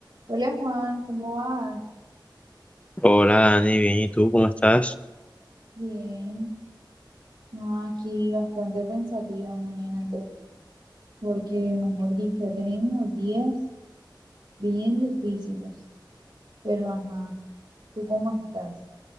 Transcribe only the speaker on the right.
Hola Juan, ¿cómo vas?
Bien, no, aquí bastante pensativa, imagínate, porque mejor dicho, he tenido unos días bien difíciles, pero ajá, ¿tú cómo estás?